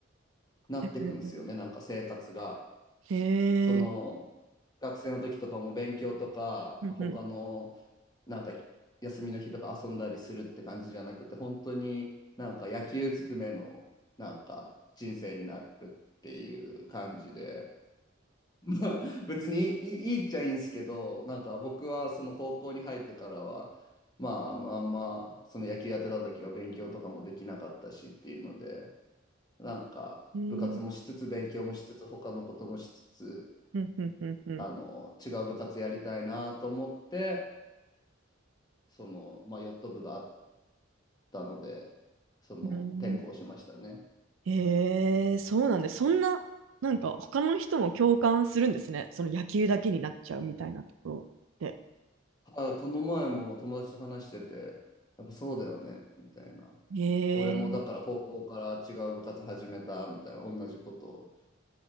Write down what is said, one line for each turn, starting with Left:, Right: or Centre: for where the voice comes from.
Left: なってくんですよねなんか生活が。
Right: へえー。えー
Left: その学生の時とかも勉強とか他の
Right: うん
Left: なんか休みの日とか遊んだりするって感じじゃなくて本当になんか野球ずくめのなんか人生になるっていう感じでまあ <laughs> 別にいい、いいっちゃいいんですけどなんか僕はその高校に入ってからはまあ、あのあんまその野球やってた時は勉強とかもできなかったしっていうのでなんか部活もしつつ勉強もしつつ他のこともしつつ
Right: うん。へーうんうんうんうん。
Left: あの、違う部活やりたいなと思って、その、まあ、ヨット部があったので、その、
Right: うん
Left: 転校しましたね。
Right: へえー、そうなんで、そんな、なんか他の人も共感するんですね。その野球だけになっちゃうみたいなところって。
Left: あ、この前も友達と話してて、やっぱそうだよね、みたいな。
Right: へえ
Left: 俺もだから高校から違う部活始めた、みたいな、同じことを